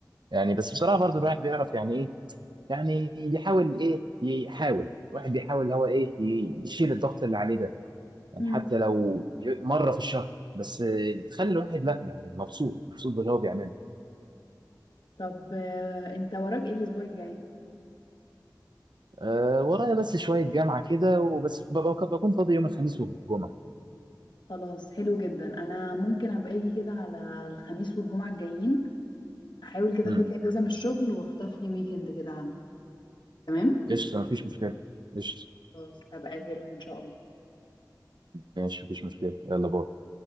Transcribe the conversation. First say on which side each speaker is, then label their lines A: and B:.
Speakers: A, on the right; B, on the left.
A: يعني بس بصراحة برضو الواحد بيعرف يعني ايه يعني بيحاول ايه يحاول الواحد بيحاول اللي هو ايه ي- يشيل الضغط اللي عليه ده يعني
B: امم
A: حتى لو ي- مرة في الشهر بس آه، تخلي الواحد لا يعني مبسوط مبسوط باللي هو بيعمله
B: طب آه، انت وراك ايه الاسبوع الجاي
A: أه ورايا بس شوية جامعة كده وبس ببقى- بكون فاضي يوم الخميس والجمعة
B: خلاص حلو جدا انا ممكن ابقى اجي كده على الخميس والجمعة الجايين احاول كده
A: امم
B: اخد لي اجازة من الشغل واخطف لي ويكند كده عندك تمام
A: قشطة مفيش مشكلة قشطة
B: خلاص هبقى اجي لكم ان شاء الله
A: ماشي مفيش مشكلة يلا باي